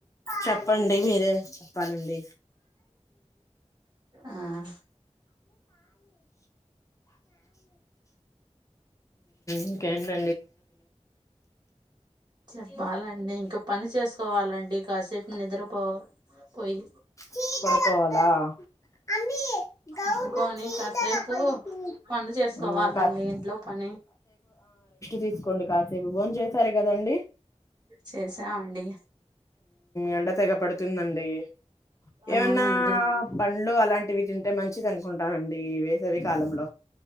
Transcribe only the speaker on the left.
చెప్పండి మీరే చెప్పాలండి
ఇంకేండి
చీదల అమ్మీ గౌను
చీదల
పలుతుంది
ఉమ్
తీకోండి కాసేపు బో చేసారు కదండి
ఎండ తెగ పడుతుందండి ఏమన్నా
పండ్లు అలాంటివి తింటే మం మంచిధి అనుకుంటానండి వేసవి కాలంలో